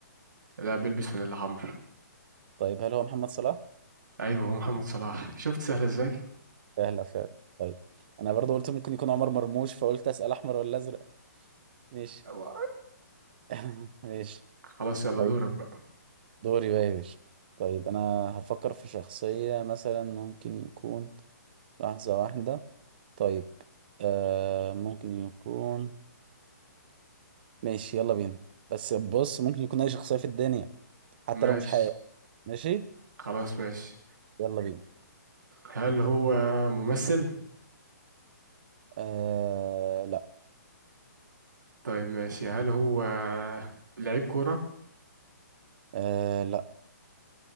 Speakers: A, on the right; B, on the right.
A: لا بيلبس فانيلا حمر
B: طيب هل هو محمد صلاح؟
A: ايوه هو محمد صلاح شفت سهل ازاي
B: سهلة فعلا طيب أنا برضو قلت ممكن يكون عمر مرموش فقلت أسأل أحمر ولا أزرق ماشي
A: أيوة.
B: <laughs> ماشي
A: خلاص يلا
B: طيب
A: دورك بقى
B: دوري بقى يا باشا طيب أنا هفكر في شخصية مثلا ممكن يكون لحظة واحدة طيب آه ممكن يكون ماشي يلا بينا بس بص ممكن يكون أي شخصية في الدنيا حتى
A: ماشي
B: لو مش حقيقية ماشي
A: خلاص ماشي
B: يلا بينا
A: هل هو ممثل
B: آه لا
A: طيب ماشي هل هو لعيب كورة
B: آه لا